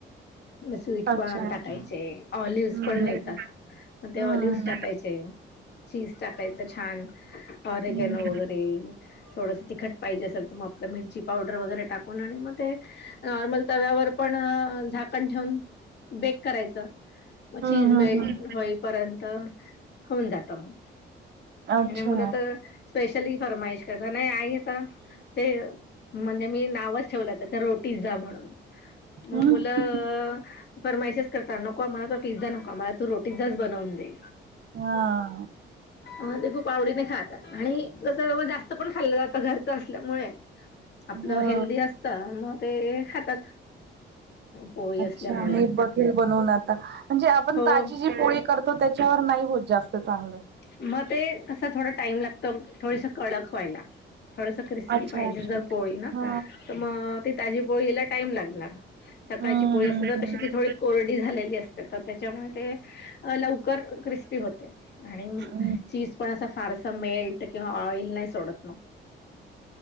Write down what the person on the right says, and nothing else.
अच्छा
हम्म
हम्म
हम्म
हम्म
हम्म
अच्छा
हम्म
हा
हो
अच्छा
मी बघेल बनवून आता म्हणजे आपण
ताजी जी पोळी करतो त्याच्यावर नाही होत जास्त चांगलं
अच्छा
अच्छा
अच्छा.
हा
हम्म
हम्म
हम्म.
हो.